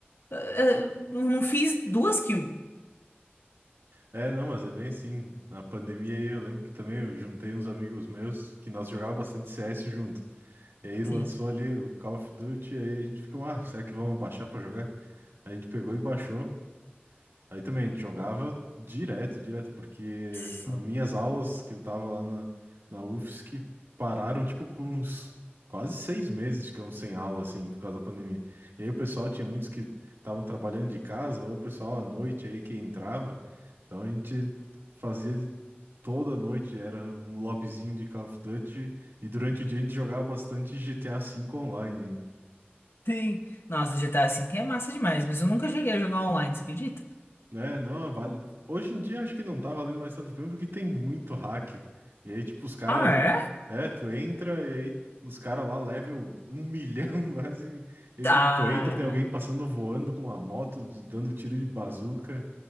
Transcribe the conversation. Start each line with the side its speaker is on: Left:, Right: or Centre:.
Left: eh, eh, não não fiz duas kills.
Right: É, não, mas é bem assim. Na pandemia aí eu lembro que também eu juntei uns amigos meus que nós jogávamos bastante CS junto. E aí
Left: Sim.
Right: lançou ali o Call of Duty, aí a gente ficou, ah, será que vamos baixar pra jogar? Aí A gente pegou e baixou. Aí também a gente jogava direto, direto, porque
Left: Sim.
Right: as minhas aulas que eu tava lá na, na UFSC pararam, tipo, por uns quase seis meses, ficamos sem aula, assim, por causa da pandemia. E aí o pessoal tinha muitos que estavam trabalhando de casa, ou o pessoal à noite aí que entrava. Então a gente fazia de- toda noite, era um lobbyzinho de Call of Duty, e durante o dia a gente jogava bastante GTA V online
Left: Sim. Nossa, GTA V é massa demais, mas eu nunca cheguei a jogar online, você acredita?
Right: É, não, vale. Hoje em dia acho que não tá valendo mais tanto a porque tem muito hack. E aí, tipo, os caras.
Left: Ah, é?
Right: É, tu entra e aí os caras lá, level um milhão <laughs> quase. E aí,
Left: Ah,
Right: tipo, tu entra, tem alguém passando voando com uma moto, de- dando tiro de bazuca.